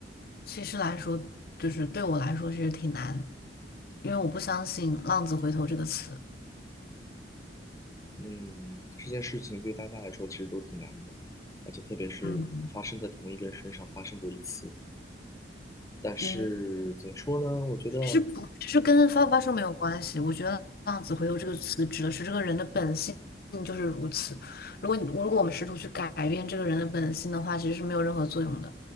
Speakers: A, on the left; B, on the left.
A: 其实来说，就是对我来说其实挺难，因为我不相信“浪子回头”这个词。
B: 嗯，这件事情对大家来说其实都挺难的，而且特别是发生在同一个人身上发生过一次。
A: 嗯
B: 但是怎么说呢？
A: 嗯。
B: 我觉得，
A: 其实不，其实跟发不发生没有关系。我觉得“浪子回头”这个词指的是这个人的本性就是如此。如果你如果我们试图去改变这个人的本性的话，其实是没有任何作用的。